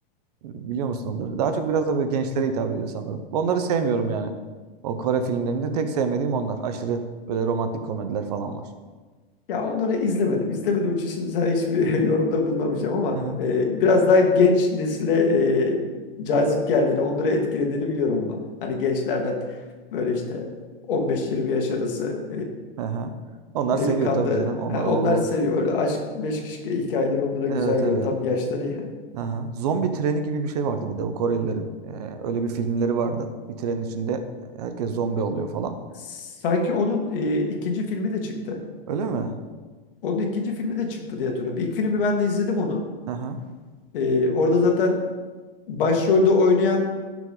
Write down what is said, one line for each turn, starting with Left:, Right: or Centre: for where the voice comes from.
Right: Biliyor musun onları? Daha çok biraz da böyle gençlere hitap ediyor sanırım. Onları sevmiyorum yani. O Kore filmlerinde tek sevmediğim onlar. Aşırı böyle romantik komediler falan var.
Left: Ya onları izlemedim. İzlemediğim için şimdi sana hiçbir <laughs> yorumda bulunamayacağım ama
Right: Hı hı.
Left: e, biraz daha genç nesile e, cazip geldiğini, onları etkilediğini biliyorum ama. Hani gençlerden böyle işte 15-20 yaş arası
Right: Hı hı. Onlar
Left: e, delikanlı.
Right: seviyor tabii canım. Onlar
Left: Ha, onlar
Right: o
Left: seviyor. Öyle aşk, meşk şike hikayeleri onlara
Right: evet
Left: güzel geliyor.
Right: evet.
Left: Tam yaşları ya. <laughs>
Right: Hı hı. Zombi treni gibi bir şey vardı bir de bu Korelilerin. E, öyle bir filmleri vardı. Bir trenin içinde herkes zombi oluyor falan.
Left: Sanki onun e, ikinci filmi de çıktı.
Right: Öyle mi?
Left: Onun ikinci filmi de çıktı diye hatırlıyorum. İlk filmi ben de izledim onun.
Right: Hı hı.
Left: E, orada zaten başrolde oynayan